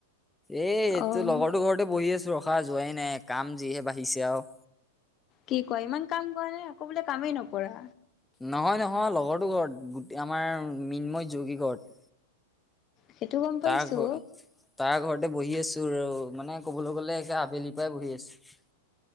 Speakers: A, in the centre; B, on the left.
A: এই
B: অ'
A: তোৰ লগৰটো ঘৰতে বহি আছো ৰ। খোৱা যোৱাই নাই কাম যিহে বাঢ়িছে আও।
B: কি কয় ইমান কাম কৰা নে আকৌ বোলে কামেই নকৰা
A: নহয় নহয় লগৰটো ঘৰত গোট আমাৰ মিনময় জৌগি ঘৰত
B: সেইটো গম পাইছো
A: তাৰ ঘৰত তাৰ ঘৰতে বহি আছো আৰু মানে কবলৈ গলে একে আবেলিৰ পৰাই বহি আছো